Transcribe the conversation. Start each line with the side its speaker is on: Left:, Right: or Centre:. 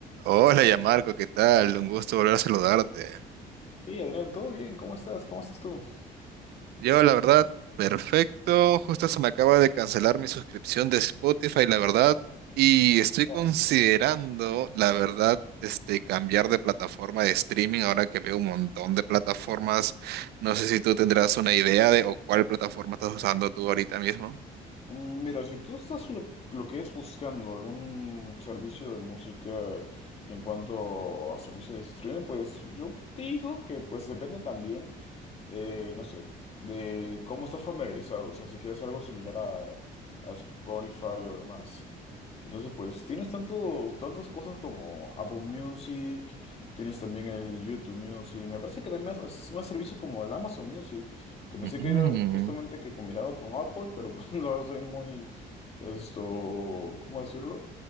Right: Hola, ya Marco, ¿qué tal? Un gusto volver a saludarte.
Left: Hey Adrián, ¿todo bien? ¿Cómo estás? ¿Cómo estás tú?
Right: Yo, la verdad, perfecto. Justo se me acaba de cancelar mi suscripción de Spotify, la verdad, y estoy considerando,
Left: Oh.
Right: la verdad, este, cambiar de plataforma de streaming ahora que veo un montón de plataformas. No sé si tú tendrás una idea de o cuál plataforma estás usando tú ahorita mismo.
Left: Mm, Mira, si tú estás lo, lo que es buscando algún servicio de música en cuanto a servicio de streaming, pues yo digo que pues depende también eh, no sé, de cómo estás familiarizado, o sea, si quieres algo similar a, a Spotify o demás. Entonces, pues tienes tanto, tantas cosas como Apple Music, tienes también el YouTube Music, me parece que también más, es más servicios como el Amazon Music, que pensé
Right: Mm,
Left: que era justamente que combinaba con Apple, pero <laughs> pues, la verdad estoy muy, esto, ¿cómo decirlo?